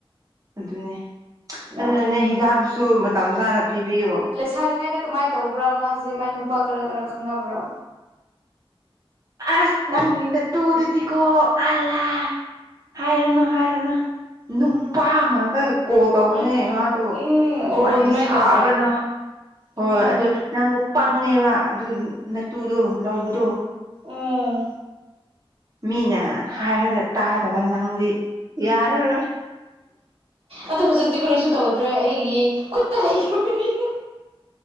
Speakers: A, on the right; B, on the right.
A: ꯑꯗꯨꯅꯦ ꯑꯗꯨꯅꯅꯦ
B: ꯌꯥꯗ꯭ꯔꯦ
A: ꯍꯤꯗꯥꯛꯇꯁꯨ ꯃꯇꯝ ꯆꯥꯅ ꯄꯤꯕꯤꯌꯣ
B: ꯁꯥꯔꯤꯉꯩꯗ ꯀꯃꯥꯏꯅ ꯇꯧꯕ꯭ꯔꯥ ꯃꯥꯁꯦ ꯃꯥ ꯅꯨꯄꯥ ꯀꯔ ꯀꯔ ꯈꯪꯅꯕ꯭ꯔꯥ
A: ꯑꯁ ꯅꯪꯒꯤꯗ ꯇꯨꯗꯨꯗꯤꯀꯣ ꯑꯜꯂ ꯍꯥꯏꯔꯅꯨ ꯍꯥꯏꯔꯅꯨ ꯅꯨꯄꯥ
B: ꯎꯝ
A: ꯉꯥꯛꯇ ꯀꯣꯜ ꯇꯧꯕꯅꯦ
B: ꯎꯝ
A: ꯃꯥꯗꯣ
B: ꯎꯝ ꯑꯣ
A: ꯋꯥꯔꯤꯔꯤ
B: ꯑꯗꯨꯃꯥꯏꯅ
A: ꯁꯥꯥꯕꯅ
B: ꯇꯧꯕ꯭ꯔꯥ
A: ꯍꯣꯏ
B: ꯎꯝ
A: ꯑꯗꯨꯗ ꯅꯪꯕꯨ ꯄꯪꯉꯦꯕ ꯑꯗꯨ ꯅꯇꯨꯗꯣ ꯂꯧꯕꯗꯣ
B: ꯎꯝ
A: ꯃꯤꯅ ꯍꯥꯏꯔꯒ ꯇꯥꯗꯕ ꯅꯪꯗꯤ ꯌꯥꯔꯔꯣꯏ
B: ꯑꯗꯨ ꯍꯧꯖꯤꯛꯇꯤ ꯀꯔꯤꯁꯨ ꯇꯧꯗ꯭ꯔꯦ ꯑꯩꯒꯤ ꯈꯨꯠꯇ ꯂꯩꯈ꯭ꯔꯕꯅꯤꯅ